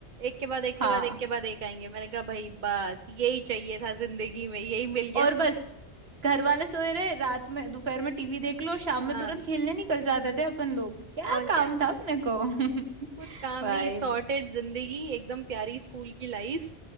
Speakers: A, on the right; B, on the right.
A: एक के बाद एक
B: हाँ
A: के बाद एक के बाद एक आएंगे मैंने कहा भाई बस यही चाहिए था जिंदगी में यही मिल गया
B: और बस घर वाले सोए रहे रात में दोपहर में टीवी देख लो शाम
A: <laughs>
B: में
A: हाँ
B: तुरंत खेलने निकल जाते थे अपन लोग क्या
A: और
B: काम
A: क्या
B: था अपने को <laughs>
A: कुछ काम
B: भाई
A: नहीं सॉर्टेड जिंदगी एकदम प्यारी स्कूल की लाइफ